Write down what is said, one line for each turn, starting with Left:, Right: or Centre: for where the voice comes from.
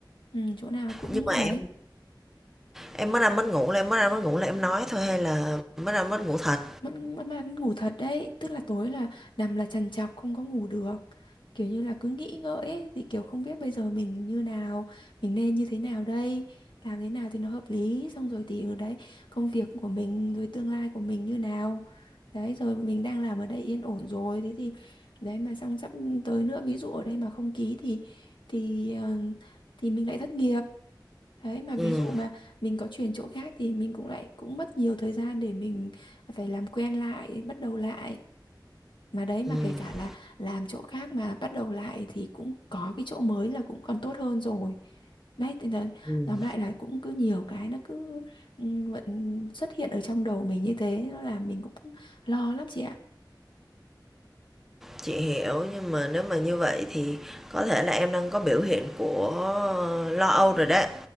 Left: ừ, Chỗ nào cũng
Centre: Nhưng mà em
Left: đấy
Centre: em mất ăn mất ngủ là em mất ăn mất ngủ là em nói thôi hay là mất ăn mất ngủ thật.
Left: vẫn vẫn vẫn ngủ thật đấy tức là tối là nằm là trằn trọc không có ngủ được kiểu như là cứ nghĩ ngợi ấy, thì kiểu không biết bây giờ mình như nào mình nên như thế nào đây làm thế nào thì nó hợp lý xong rồi thì ở đấy công việc của mình rồi tương lai của mình như nào đấy rồi mình đang làm ở đây yên ổn rồi thế thì đấy mà xong sắp tới nữa ví dụ ở đây mà không ký thì thì ờ, thì mình lại thất nghiệp Đấy mà ví
Centre: Ừm,
Left: dụ mà mình có chuyển chỗ khác thì mình cũng lại cũng mất nhiều thời gian để mình phải làm quen lại, bắt đầu lại. Mà đấy mà
Centre: ừm,
Left: kể cả là làm chỗ khác mà bắt đầu lại thì cũng có cái chỗ mới là cũng còn tốt hơn rồi. Đấy thì là
Centre: ừm,
Left: tóm lại là cũng cứ nhiều cái nó cứ ừ, vẫn xuất hiện ở trong đầu mình như thế nó làm mình cũng lo lắm chị ạ.
Centre: chị hiểu, nhưng mà nếu mà như vậy thì có thể là em đang có biểu hiện của lo âu rồi đấy,